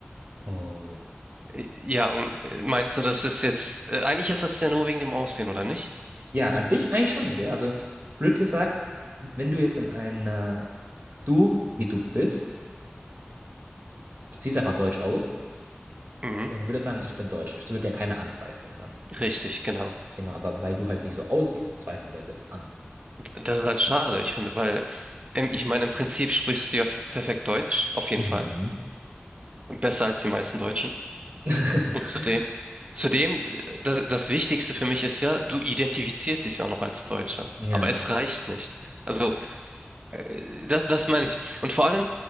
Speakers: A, on the right (about 50°); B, on the right (about 30°).
A: Und
B: Äh, Ja, und äh, meinst du, das ist jetzt, äh, eigentlich ist das ja nur wegen dem Aussehen, oder nicht?
A: ja, an sich eigentlich schon, gell? Also blöd gesagt, wenn du jetzt in einer, du, wie du bist, siehst einfach deutsch aus
B: Mhm.
A: und würdest sagen, ich bin deutsch. Das würde ja keiner anzweifeln dann.
B: Richtig, genau.
A: Genau, aber weil du halt nicht so aussiehst, zweifeln Leute das an.
B: Und das ist halt schade, ich finde, weil, ähm, ich meine, im Prinzip sprichst du ja perfekt Deutsch, auf jeden
A: Mhm.
B: Fall. Besser als die meisten Deutschen.
A: <laughs>
B: Und zudem, zudem, äh, da- das Wichtigste für mich ist ja, du identifizierst dich ja auch noch als Deutscher.
A: Ja,
B: Aber es reicht nicht. Also, äh, das, das meine ich. Und vor allem,